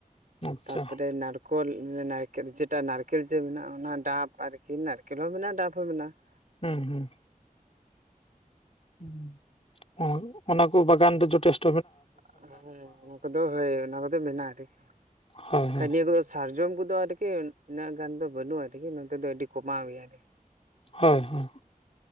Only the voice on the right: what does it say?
ᱛᱟᱯᱚᱨᱮ ᱱᱟᱨ ᱠᱚᱞ ᱱᱟᱠᱮᱞ ᱡᱮᱴᱟ ᱱᱟᱨᱠᱮᱞ ᱡᱮ ᱢᱮᱱᱟᱜ-ᱟ ᱚᱱᱟ ᱰᱟᱵ ᱟᱨᱠᱤ ᱱᱟᱨᱠᱮᱞ ᱦᱚᱸ ᱢᱮᱱᱟᱜ-ᱟ ᱰᱟᱯ ᱦᱚᱸ ᱢᱮᱱᱟᱜ-ᱟ ᱾
<unintelligible> ᱦᱮᱸ ᱚᱱᱟ ᱠᱚᱫᱚ ᱦᱳᱭ ᱚᱱᱟ ᱠᱚᱫᱚ ᱢᱮᱱᱟᱜ-ᱟ ᱟᱨᱠᱤ
ᱵᱟᱱ
ᱱᱤᱭᱟᱹ ᱠᱚᱫᱚ ᱥᱟᱨᱡᱚᱢ ᱠᱚᱫᱚ ᱟᱨᱠᱤ ᱩᱱᱟᱹᱜ ᱜᱟᱱ ᱫᱚ ᱵᱟᱹᱱᱩᱜ-ᱟ ᱟᱨᱠᱤ ᱱᱚᱛᱮ ᱫᱚ ᱟᱹᱰᱤ ᱠᱚᱢᱟᱣ ᱜᱮᱭᱟ ᱟᱨᱠᱤ ᱾